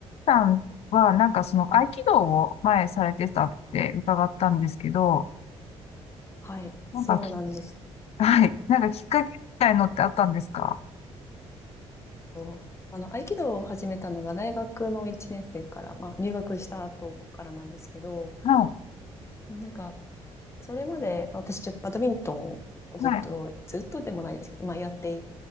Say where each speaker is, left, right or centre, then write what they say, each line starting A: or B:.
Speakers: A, on the left; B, on the left.
A: さんは、なんかその合気道を前されてたって伺ったんですけど、
B: はい、
A: なんかき、
B: そうなんです
A: はい、なんかきっかけみたいのってあったんですか
B: よ。あの、合気道を始めたのが大学の1年生から、まあ、入学した後からなんですけど、
A: は
B: なんか、それまで私ちょっとバドミントンをずっと、
A: い、はい、
B: ずっとでもないですけど、まあ、やってい